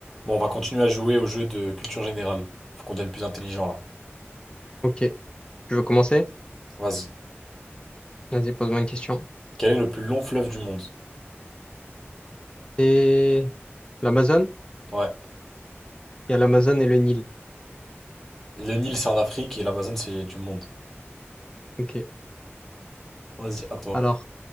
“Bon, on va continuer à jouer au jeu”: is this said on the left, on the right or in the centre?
Centre